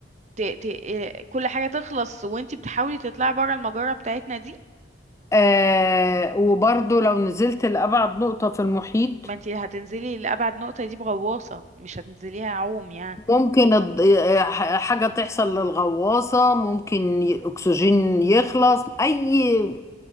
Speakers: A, on the right; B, on the left.
A: ت... ت... إيه، كل حاجة تخلص وانتي بتحاولي تطلعي بره المجرة بتاعتنا دي
B: آه وبرضو لو نزلت لأبعد نقطة في المحيط
A: ما انتي هتنزلي لأبعد نقطة دي بغواصة مش هتنزليها عوم يعني
B: ممكن الض- آه، ح- حاجة تحصل للغواصة ممكن ي- أكسجين يخلص أي